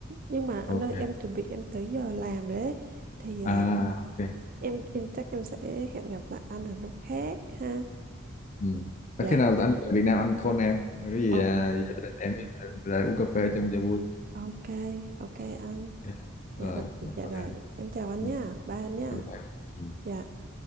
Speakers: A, on the right; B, on the left.
A: Nhưng mà anh
B: ok
A: ơi em chuẩn bị em tới giờ làm rồi đấy. Thì
B: à
A: à,
B: ok
A: em em chắc em sẽ hẹn gặp lại anh ở lúc khác ha.
B: ừ. À,
A: Dạ,
B: khi nào anh về Việt Nam anh call em cái gì
A: ok.
B: à, gia đình em ra uống cà phê trong cho vui
A: Ok, ok anh.
B: Dạ. Ờ,
A: Dạ rồi, dạ
B: bye
A: rồi.
B: em.
A: Em chào anh
B: Ừ.
A: nha. Bye anh nha.
B: bye bye. Ừ.
A: Dạ.